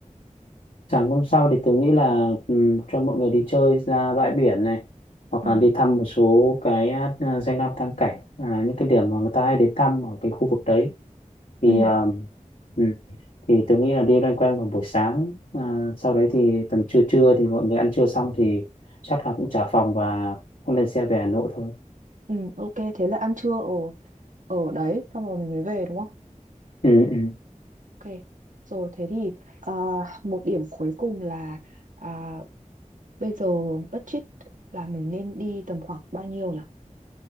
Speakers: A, on the left (about 75°); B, on the right (about 75°).
A: sáng hôm sau thì tôi nghĩ là ừ, cho mọi người đi chơi ra bãi biển này hoặc
B: Ừ.
A: là đi thăm một số cái ờ, danh lam thắng cảnh à, những cái điểm mà người ta hay đến thăm ở cái khu vực đấy thì
B: ừ
A: à, ừ, thì tôi nghĩ là đi loanh quanh vào buổi sáng à, sau đấy thì tầm trưa trưa thì mọi người ăn trưa xong thì chắc là cũng trả phòng và cũng lên xe về Hà Nội thôi
B: Ừ, ok, thế là ăn trưa ở ở đấy, xong rồi mình mới về đúng không?
A: ừ, ừ.
B: Ok, rồi thế thì à, một điểm cuối cùng là à, bây giờ budget là mình nên đi tầm khoảng bao nhiêu nhỉ?